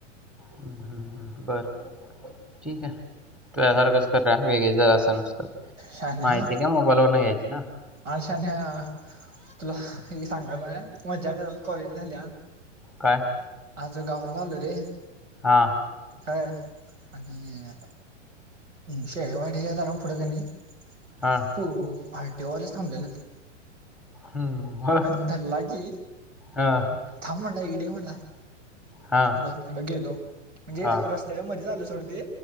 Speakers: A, in the centre; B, on the right.
A: हम्म हम्म हम् बर ठीक आहे तुसारखंच करूया वेगळी जरास नुसतं
B: शान्या
A: माहिती काय मोबाईल वरन घ्यायची ना
B: आज शान्या तुला हे सांगा मजा क्वालडे झाली आज
A: काय
B: आज गावाला आलो रे
A: हा
B: हय आणि शेवाढ जरा पुढे कणी त
A: हां,
B: तेव्हालेच थांबलेलं
A: हं, मग?
B: अंदर लागी
A: हं,
B: थांबमंडी इडे होड
A: हां,
B: बर म्हणलं गेलो म्हणजे
A: हां,
B: रस्त्याच्या मध्ये झाल सोडते